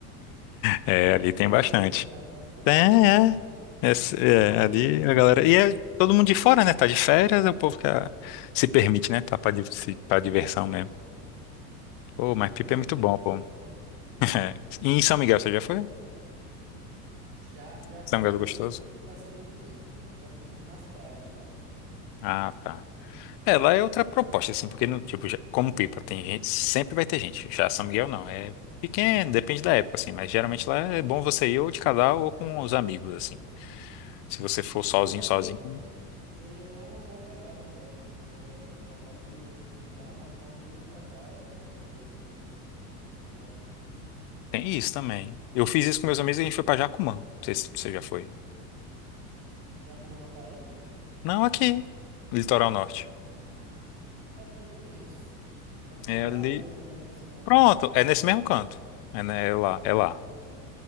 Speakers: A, on the left (about 50°); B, on the right (about 70°).
A: É,
B: <laughs>
A: ali
B: e é
A: tem
B: muito
A: bastante.
B: comum lá, parece que todo
A: É, é.
B: mundo usa isso.
A: É, s- é, ali a galera. E é todo mundo de fora, né? Tá de férias, é o povo que ah, se permite, né? Tá pra, div- se- pra diversão mesmo. Pô, mas
B: É, o
A: Pipa
B: pessoal
A: é muito
B: bem
A: bom,
B: aberto
A: pô.
B: lá.
A: <laughs> É. E em São Miguel, você
B: Tô
A: já
B: com
A: foi?
B: saudade. Já, já
A: São
B: fui,
A: Miguel do
B: mas
A: Gostoso?
B: não, tipo, não passei muito tempo. Eu já fui, tipo, nas praias de lá.
A: Ah, tá. É, lá é outra proposta, assim, porque, no- tipo, já- como Pipa, tem gente, sempre vai ter gente. Já São Miguel não, é pequeno, depende da época, assim, mas geralmente lá é bom você ir ou de casal ou com os amigos, assim. Se você for sozinho,
B: Não, é, eu
A: sozinho,
B: acho que Seria até uma boa pegada para esse projeto que a gente está fazendo, em vez de ir pra um bar, marcar um dia e ir pra praia, fazer alguma coisa mais só nós.
A: tem isso também. Eu fiz isso com meus amigos e a gente foi pra Jacumã. Não sei se você já foi.
B: Jacoma na Paraíba?
A: Não, aqui, litoral norte.
B: Acho que eu conheço. É que tem
A: É
B: uma
A: ali.
B: lagoa também com esse nome,
A: Pronto,
B: né?
A: é nesse mesmo canto. É, né, é lá, é lá.